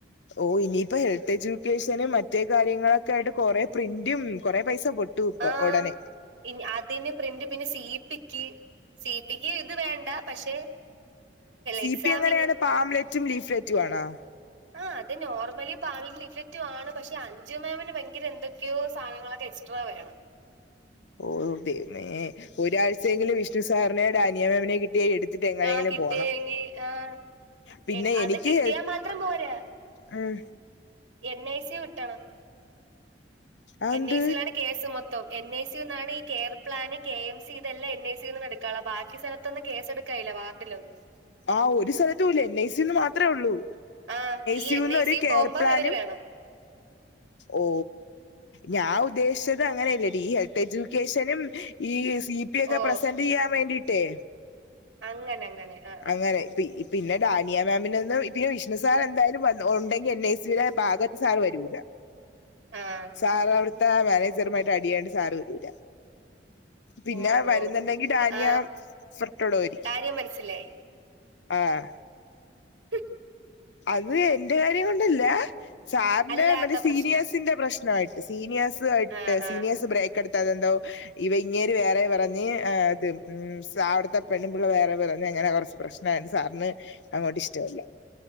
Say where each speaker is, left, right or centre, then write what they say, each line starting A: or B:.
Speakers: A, on the left (about 70°); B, on the right (about 80°).
A: ഓ ഇനിയിപ്പോ ഹെൽത്ത് എഡ്യൂക്കേഷനും മറ്റേ കാര്യങ്ങളൊക്കെ ആയിട്ട് കൊറെ പ്രിന്റും കൊറെ പൈസ പൊട്ടു- ട്ടുപ്പ
B: ആഹ്
A: ഉടനെ.
B: ഇനി അതിന് പ്രിന്റ് പിന്നെ സി പിക്ക്. സി പിക്ക് ഇത് വേണ്ട. പക്ഷെ,
A: സി
B: എക്സാമിന്
A: പി എങ്ങനെയാണ് പാംലെറ്റും ലീഫ്ലെറ്റും ആണോ?
B: ആ. അത് നോർമലി പാമും ലീഫക്റ്റ ആണ്. പക്ഷെ അഞ്ചു മേമ്ന് ഭയങ്കര എന്തൊക്ക. ഒക്കെയോ സാധനങ്ങളൊക്കെ എക്സ്ട്രാ വേണം.
A: ഓ പിന്നേ. ഒരാഴ്ചയെങ്കിലും വിഷ്ണു സാറിനെ ഡാനിയമേമ്നെ കിട്ടിയ എടു- ത്തിട്ട് എങ്ങനെങ്കിലും
B: ആഹ് കിട്ടിയെങ്കി
A: പോണം.
B: ആഹ്
A: പിന്നെ
B: അത്
A: എനിക്ക്-
B: കിട്ടിയാ മാത്രം പോരാ
A: ഉം.
B: എൻ ഐ സി വിട്ടണം.
A: അതെന്ത്
B: എൻ ഐ സിയിലാണ് കേസ് മൊത്തം. എൻ ഐ സി ന്നാണ് ഈ care plan, K M C ഇതെല്ലാം എൻ ഐ സിന്ന് എടു - ബാക്കി സ്ഥലത്തൊന്ന് കേസെടുക്കായില്ല. വാർഡിലൊന്നും.
A: ആഹ് ഒരു സ്ഥലത്തൂല്ല. എൻ ഐ സില് മാത്രേ ഉള്ളൂ.
B: ആ. ഈ
A: സിയുന്ന്
B: എൻ ഐ
A: ഒരു
B: സി
A: കെയർ
B: പോകുമ്പോം
A: പ്ലാന്
B: ഇവര് വേണം.
A: ഓ. ഞാൻ ഉദ്ദേശിച്ചത് അങ്ങനെല്ലടീ. ഈ ഹെൽത്ത് എഡ്യൂക്കേഷനും ഈ സ- ഒക്കെ
B: ഓ
A: പ്രസെന്റ് ചെയ്യാൻ വേണ്ടിയിട്ടേ?
B: അങ്ങനെ അങ്ങനെ. ആ ആ
A: അങ്ങനെ ഇപ്പി. പിന്നെ ഡാനിയാ മാമിനൊന്നും ഇപ്പ വിഷ്ണു സാർ എന്തായാലും ഉണ്ടെങ്കി എൻ ഐ സിടെ ഭാഗത്ത് സാർ വരൂല്ല.
B: ആഹ്
A: സാർ അവിടുത്തെ മാനേജറമായിട്ട് അടിയായേണ്ട് സാറ് വരൂല. പിന്നെ
B: ഓ
A: വരുന്നുണ്ടെങ്കി
B: ഓ
A: ഡാനിയ
B: ആ
A: ഫ്രട്ടോടയിരിക്കും.
B: കാര്യം മനസ്സിലായി.
A: ആഹ്.
B: <inaudible>
A: അത് എന്റെ കാര്യം കൊണ്ടല്ല. സാറിന്റെ
B: അല്ലാത്ത
A: മറ്റേ സീനിയേഴ്സിന്റെ
B: പ്രശ്നം
A: പ്രശ്നയിട്ട്. സീനിയേഴ്സ് ആയിട്ട്.
B: ആ ആ
A: സീനിയേഴ്സ് ബ്രേക്ക് എടുത്താ അതെന്തോ? ഇങ്ങേര് വേറെ പറഞ്. ഉ അവിടുത്തെ പെണ്ണുംപിള്ള വേറെ പറഞ്ഞു. അങ്ങനെ കുറച്ച് പ്രശ്നം. ആഹ് സാറിന് അങ്ങോട്ട് ഇഷ്ടവല്ല.